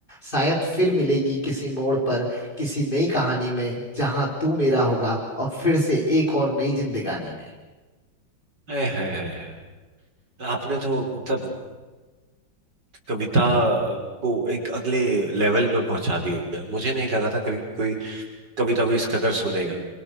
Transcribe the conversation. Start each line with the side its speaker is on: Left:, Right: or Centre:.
Left: शायद फिर मिलेगी किसी मोड़ पर किसी नई कहानी में जहां तू मेरा होगा और फिर से एक और नई जिंदगानी में
Right: है है है है आपने तो मतलब कविता को एक अगले लेवल पे पहुंचा दिया मुझे नहीं लगा था कभी कोई कभी तो कोई इस कदर सुनेगा